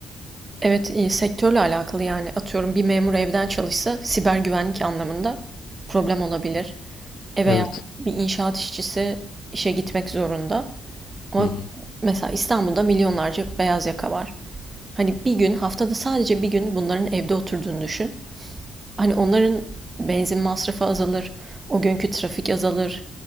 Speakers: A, on the right; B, on the left.
A: Evet, e, sektörle alakalı yani atıyorum bir memur evden çalışsa siber güvenlik anlamında problem olabilir. E veya
B: Evet.
A: bir inşaat işçisi işe gitmek zorunda. Ama
B: Hı hı.
A: mesela İstanbul'da milyonlarca beyaz yaka var. Hani bir gün haftada sadece bir gün bunların evde oturduğunu düşün. Hani onların benzin masrafı azalır, o günkü trafik azalır.